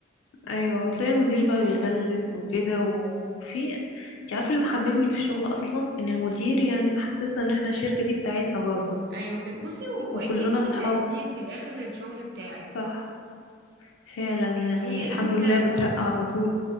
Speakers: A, on the left; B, on the right.
A: ايوه تلاقي المدير بقى بيغلس وكده وفي انت عارفه اللي محببني في الشغل اصلا ان المدير يعني محسسنا ان احنا الشركه دي بتاعتنا برضه
B: ايوه كده. بصي واكيد
A: وكلنا
B: في
A: اصحاب
B: تقدير في الاخر للشغل بتاعك
A: صح فعلا يعني
B: هي يا
A: الحمد
B: بنتي
A: لله
B: لا
A: بترقى
B: هما
A: على طول